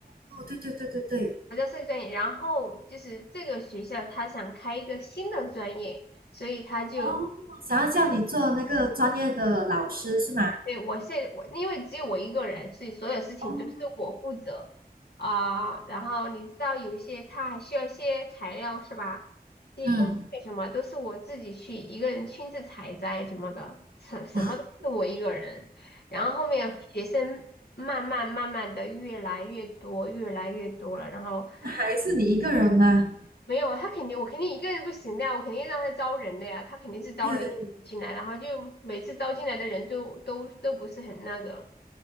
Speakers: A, on the right; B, on the left.
A: 哦，对对对对对，
B: 服装设计专业，然后就是这个学校他想开一个新的专业，所以他就
A: 哦，想要叫你做那个专业的老师是吗？
B: 对，我现我因为只有我一个人，所以所有事情都是我负责啊、
A: 哦，
B: 然后你知道有一些他还需要一些材料是吧？一些工具什么都是我自己去一个人亲自采摘什么的，
A: 嗯，
B: 什什么都是我一个人。
A: 哇，
B: 然后后面学生慢慢慢慢的越来越多，越来越多了。然后
A: 那还是你一个人吗？
B: 没有他肯定我肯定一个人不行的呀，我肯定让他招人的呀，他肯定是招了一进来，
A: 对，
B: 然后就每次招进来的人都都都不是很那个。